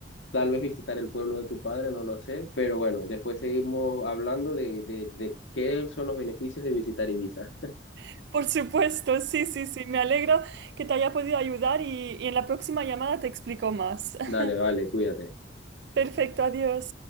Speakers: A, on the left; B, on the right.
A: Tal vez visitar el pueblo de tu padre, no lo sé, pero bueno, después seguimos hablando de, de, de qué son los beneficios de visitar Ibiza.
B: <laughs> Por supuesto, sí, sí, sí, me alegro que te haya podido ayudar y, y en la próxima llamada te explico más.
A: <laughs>
B: <laughs>
A: Dale, vale, cuídate.
B: Perfecto, adiós.